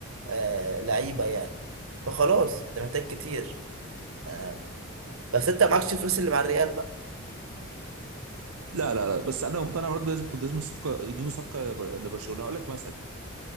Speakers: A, on the right; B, on the right.
A: آه لعيبة يعني فخلاص انت محتاج كتير آه بس انت معكش فلوس اللي مع الريال بقى
B: لا لا لا بس انا مقتنع برضه لازم كنت لازم الصفقه يجيبوا صفقه لبر- لبرشلونه اقول لك مثلا